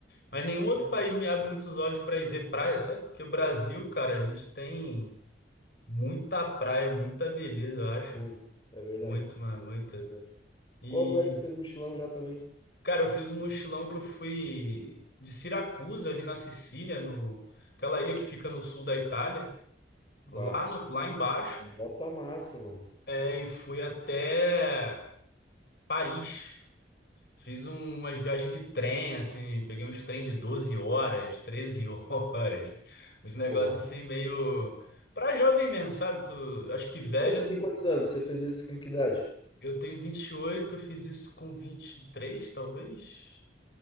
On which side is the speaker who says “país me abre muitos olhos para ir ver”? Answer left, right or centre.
Left